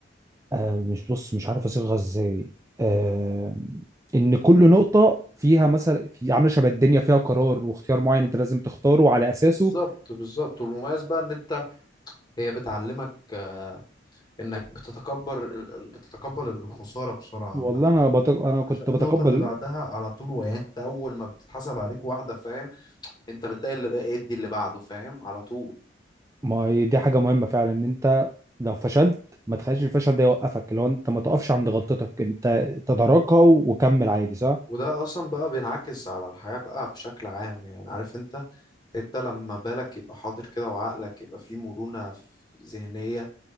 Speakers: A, on the right; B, on the left.
A: آه، مش بص مش عارف اصيغها ازاي آه، ان كل نقطة فيها مثلا في عاملة شبه الدنيا فيها قرار واختيار معين انت لازم تختاره وعلى اساسه
B: بالظبط بالظبط والمميز بقى ان انت هي بتعلمك آه، انك بتتكبر ال- ال- بتتقبل الخسارة بسرعة عامة
A: والله انا بتق... انا كنت
B: عشان النقطة
A: بتقبل
B: اللي بعدها على طول يعني انت اول ما بتتحسب عليك واحدة فاهم انت بتلاقي اللي بقى ادي اللي بعده فاهم على طول
A: ما هي دي حاجة مهمة فعلا ان انت لو فشلت ما تخليش الفشل ده يوقفك اللي هو انت ما تقفش عند غلطتك انت تداركها وكمل عادي صح؟
B: وده اصلا بقى بينعكس على الحياة بقى بشكل عام يعني عارف انت انت لما بالك يبقى حاضر كده وعقلك يبقى فيه مرونة في ذهنية